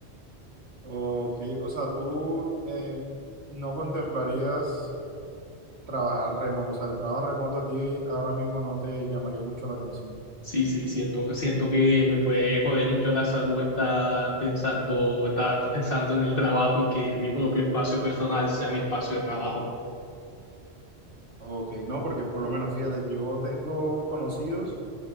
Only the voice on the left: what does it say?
Sí, sí, siento, siento que me puede joder mucho la salud estar pensando, estar pensando en el trabajo y que mi propio espacio personal sea mi espacio de trabajo.